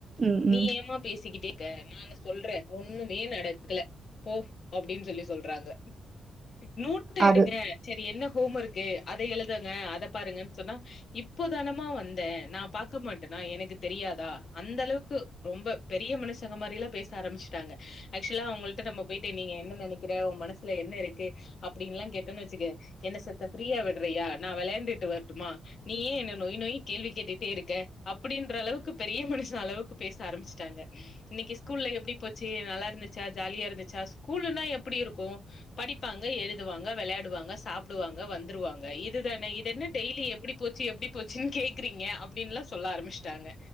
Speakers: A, on the right; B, on the left.
A: ம்
B: நீ
A: ம்
B: ஏமா பேசிக்கிட்டே. க நானு சொல்ற ஒண்ணுமே நடக்கல போ அப்படின்னு சொல்லி சொல்றாங்க. நூட்டு
A: அது
B: எடுக்கற சேரி என்ன. ஹோம்வர்க்கு. அத எழுதுங்க அத பாருங்கன்னு சொன்னா இப்போதானமா வந்த நா பாக்க மாட்டேன்னா எனக்கு தெரியாதா அந்த அளவுக்கு ரொம்ப பெரிய மனுஷங்க மாரி எல்லா பேச ஆரம்பிச்சுட்டாங்க. ஸ்பெஷலா அவன் கிட்ட நம்ம போய். நீங்க என்ன நினைக்கிற உ மனசுல என்ன இருக்கு அப்படின்ல்லா கேட்டன்னு வச்சுக்க என்ன சத்த பிரீயா விடு. விடுறியா நா விளையாண்டுட்டு வரட்டுமா நீயே என்ன நொய் நொய் கேள்வி கேட்டுட்டே இருக்க அப்படின்ற அளவுக்கு பெரிய மனுஷங்க அளவுக்கு பேச ஆரம்பிச்சிட்டாங்க. இன்னிக்கு ஸ்கூல்ல எப்படி. போச்சு நல்லா இருந்துச்சா ஜாலியா இருந்துச்சா ஸ்கூலுன்னா எப்படி இருக்கு. படிப்பாங்க எழுதுவாங்க விளையாடுவாங்க சாப்பிடுவாங்க வந்துருவாங்க. இதுதானே இது என்ன டெய்லி எப்படி போச்சு எப்படி போச்சுன்னு கேக்குறீங்க அப்படின்னுல்லா சொல்ல ஆரம்பச்சுிட்டாங்க